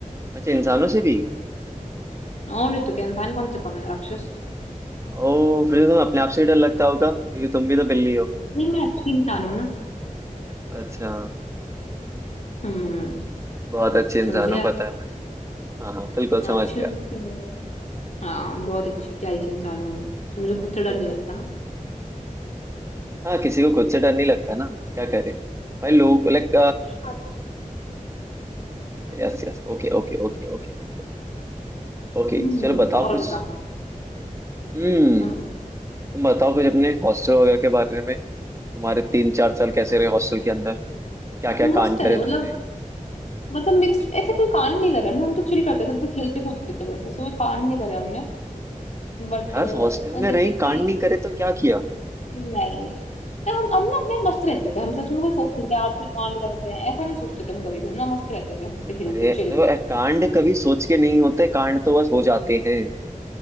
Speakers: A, on the right; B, on the left.
A: अच्छा इंसानों से भी
B: और नहीं तो क्या इंसान कौन से कम है राक्षस
A: ओ फिर तो तुम्हें अपने आप से ही डर लगता होगा क्योंकि तुम भी तो बिल्ली हो
B: नहीं मैं अच्छी इंसान हूँ ना
A: अच्छा
B: हम्म
A: बहुत अच्छे इंसान
B: समझे
A: हो
B: आप
A: पता है मुझे हाँ हाँ बिल्कुल
B: हाँ,
A: समझ
B: अच्छी
A: गया
B: हूँ अच्छी हूँ हाँ बहुत अच्छी प्यारी सी इंसान हूँ मैं तो मुझे खुद से डर
A: हम्म।
B: नहीं लगता ना
A: हाँ किसी को खुद से डर नहीं लगता ना क्या करे भाई लोग like
B: सही बात।
A: Yes yes okay okay okay okay okay Okay
B: हम्म
A: चलो बताओ
B: और
A: कुछ
B: बता
A: हम्म
B: हम्म
A: तुम बताओ कुछ अपने हॉस्टल वगैरह के बारे में तुम्हारे तीन चार साल कैसे रहे हॉस्टल के अंदर क्या क्या
B: मस्त
A: कांड करे
B: है मतलब
A: तुमने
B: मतलब मिक्स ऐसे कोई कांड नहीं करे हमने हम तो चिल करते थे हम तो खेलते कूदते थे बस ऐसे कोई कांड नहीं करे हमने बट
A: यार हॉस्टल में
B: जैसे
A: रही
B: कि
A: कांड नहीं करे तो क्या किया
B: नहीं नहीं ना हम हम ना अपने आप मस्त रहते थे हम सच में कोई सोचते नहीं थे आज कोई कांड करते हैं ऐसा नहीं सोचते थे हम कभी भी हम ना मस्त रहते थे हंसते खेलते
A: अरे
B: चिल
A: देखो यार, कांड कभी सोच के नहीं होते कांड तो बस हो जाते हैं